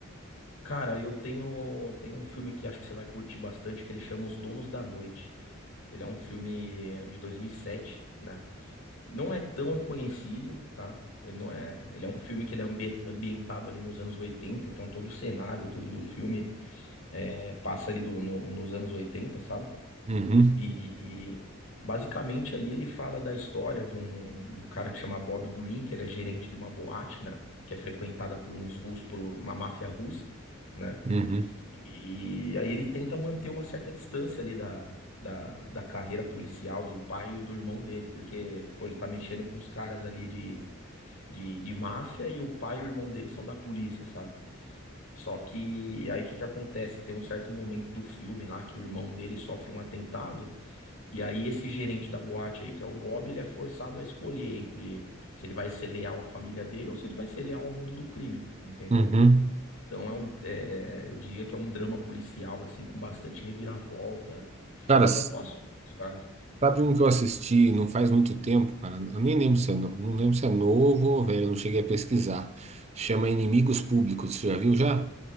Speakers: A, on the left; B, on the right.
A: cara, eu tenho, tenho um filme que acho que você vai curtir bastante, que ele chama Os Donos da Noite. Ele é um filme de 2007, né? Não é tão conhecido, tá? Ele não é, ele é um filme que ele é ambi- ambientado ali nos anos 80, então todo o cenário, tudo do filme é, passa ali do- no- nos anos 80, sabe?
B: Uhum,
A: E, e basicamente ali ele fala da história de um, de um cara que chama Bob Green, que ele é gerente de uma boate, né? Que é frequentada por uns russos, por uma máfia russa, né?
B: uhum,
A: E aí ele tenta manter uma certa distância ali da, da, da carreira policial do pai e do irmão dele, porque, pô, ele tá mexendo com os caras ali de, de, de máfia e o pai e o irmão dele são da polícia, sabe? Só que aí o que que acontece? Tem um certo momento do filme lá que o irmão dele sofre um atentado, e aí esse gerente da boate aí, que é o Bob, ele é forçado a escolher entre se ele vai ser leal à família dele ou se ele vai ser leal ao mundo do crime, entendeu?
B: uhum.
A: Então é um, é, eu diria que é um drama policial, assim, com bastante reviravolta, fora
B: Cara, s-
A: as atuações, cara.
B: sabe um que eu assisti não faz muito tempo, cara? Eu nem lembro se é, no- não lembro se é novo ou velho, eu não cheguei a pesquisar. Chama Inimigos Públicos, você já viu já?